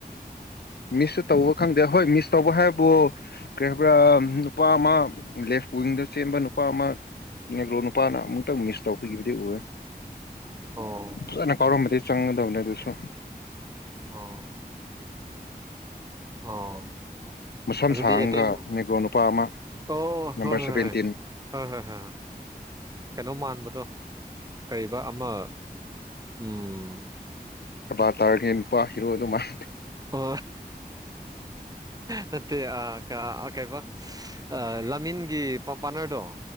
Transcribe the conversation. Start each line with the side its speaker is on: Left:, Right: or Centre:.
Left: ꯃꯤꯁꯁꯨ ꯇꯧꯕ ꯈꯪꯗꯦ ꯍꯣꯏ ꯃꯤꯁ ꯇꯧꯕ ꯍꯥꯏꯕꯨ ꯀ꯭ꯔꯤ ꯍꯥꯏꯕ꯭ꯔꯥ ꯅꯨꯄꯥ ꯑꯃꯥ ꯂꯦꯐ ꯋꯤꯡꯗ ꯆꯦꯟꯕ ꯅꯨꯄꯥ ꯑꯃ ꯅꯦꯒ꯭ꯔꯣ ꯅꯨꯄꯥꯅ ꯑꯃꯨꯛꯇꯪ ꯃꯤꯁ ꯇꯧꯕꯤꯈꯤꯕꯗꯤ ꯎꯏꯌꯦ
Right: ꯑꯣ
Left: ꯐꯖꯅ ꯀꯥꯎꯔꯝꯃꯗꯤ ꯆꯪꯒꯗꯕꯅꯦ ꯑꯗꯨꯁꯨ꯫
Right: ꯑꯣ ꯑꯣ
Left: ꯃꯁꯝ
Right: ꯑꯗꯨꯗꯤ
Left: ꯁꯥꯡꯒ
Right: ꯑꯦꯇꯦꯝ
Left: ꯅꯦꯒ꯭ꯔꯣ ꯅꯨꯄꯥ ꯑꯃ
Right: ꯑꯣꯑꯣ
Left: ꯅꯝꯕꯔ
Right: ꯍꯣꯏ ꯍꯣꯏ
Left: ꯁꯚꯦꯟꯇꯤꯟ
Right: ꯍꯣꯏ ꯍꯣꯏ ꯍꯣꯏ ꯍꯣꯏ ꯀꯩꯅꯣ ꯃꯥꯟꯕꯗꯣ ꯀꯔꯤꯕ ꯑꯃꯥ ꯎꯝ
Left: ꯑꯕꯥꯇꯥꯔꯒꯦ ꯅꯨꯄꯥ ꯍꯤꯔꯣꯗꯨ ꯃꯥꯂꯦ꯫
Right: ꯑꯣ ꯅꯠꯇꯦ ꯑ ꯀ ꯑꯥ ꯀꯩꯕ ꯑ ꯂꯥꯃꯤꯟꯒꯤ ꯄꯄꯥꯔꯠꯅꯔꯗꯣ